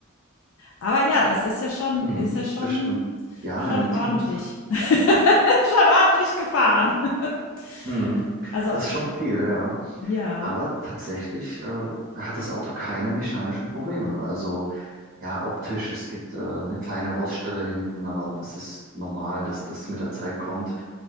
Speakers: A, on the left; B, on the right.
A: Aber ja, das ist ja schon
B: Hm,
A: ist ja schon
B: das stimmt. Ja,
A: schon
B: im Internet.
A: ordentlich. <laughs> Schon ordentlich gefahren. <laughs>
B: Hm,
A: Also,
B: es ist schon viel, ja.
A: ja,
B: Aber tatsächlich äh, hat das Auto keine mechanischen Probleme. Also Ja, optisch, es gibt äh, eine kleine Roststelle hinten, aber das ist normal, dass das mit der Zeit kommt.